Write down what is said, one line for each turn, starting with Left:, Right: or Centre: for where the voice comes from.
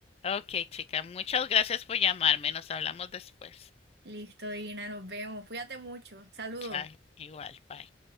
Left: Ok, chica, muchas gracias por llamarme. Nos hablamos después.
Right: Listo, Dina, nos vemos. Cuídate mucho. Saludos.
Left: Chao. Igual, bye.